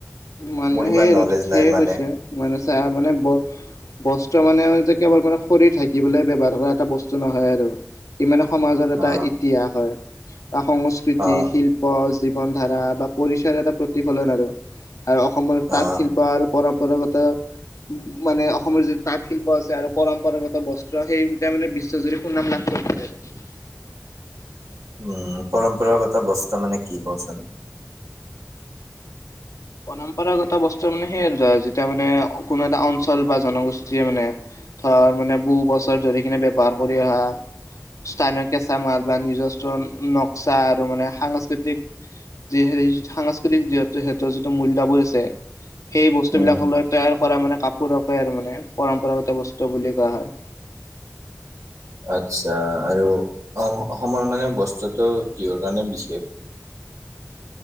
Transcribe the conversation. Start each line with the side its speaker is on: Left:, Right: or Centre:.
Left: মানে
Right: মোৰ ইমান
Left: সেই
Right: নলেজ নাই
Left: সেয়ে
Right: মানে
Left: কৈছে মানে চাহ মানে ব বস্ত্ৰ মানে কেবল মানে খৰি থাকিবলৈ ব ব্যৱহাৰ কৰা এটা বস্তু নহয় আৰু ই মানে সমাজত এটা
Right: অ
Left: ইতিহাস হয় বা সংস্কৃতি
Right: অ
Left: শিল্প ধা বা পৰিচয় এটা প্ৰতিফলন আৰু আৰু অসমৰ তাঁত
Right: অ
Left: শিল্প আৰু পৰম্পৰাগত মানে অসমৰ যি তাঁত শিল্প আছে আৰু পৰম্পৰাগত বস্ত্ৰ সেইবটটা মানে বিশ্বজুৰি সুনাম লাগ <unintelligible>
Right: উম পৰম্পৰাগত বস্তা মানে কি কওঁচোন
Left: পৰম্পৰাগত বস্তু মানে সেইয় আৰু ধৰা যেতিয়া মানে কোনো এটা অঞ্চল বা জনগোষ্ঠীয়ে মানে ধাৰ মানে বহু বছৰ ধৰি কিনে ব্য্ৱহাৰ কৰি অহা স্থানীয় কেঁচা মাল বা নিজস্ব নক্সা মানে সাংস্কৃতিক যি হে সাংস্কৃতিক যিহেতু স যিটো মূল্য়বোৰ আছে সেই বস্তুবলাকলৈ
Right: উম
Left: তৈয়াৰ কৰা মানে কাপোৰকে আৰু মানে পৰম্পৰাগত বস্তু বুলি কোৱা হয়
Right: আচ্ছা আৰু অ অসমৰ মানে বস্তুটো হৰ কাৰণে বিশেষ
Left: উ